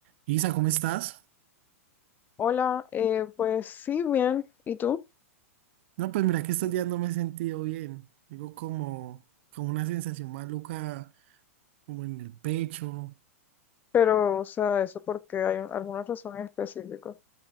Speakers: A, on the right; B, on the left.
A: Isa, ¿cómo estás?
B: Hola, eh, pues sí, bien, ¿y tú?
A: No, pues mira que estos días no me he sentido bien. Digo como, como una sensación maluca, como en el pecho.
B: Pero, o sea, eso porque hay un- alguna razón en específico.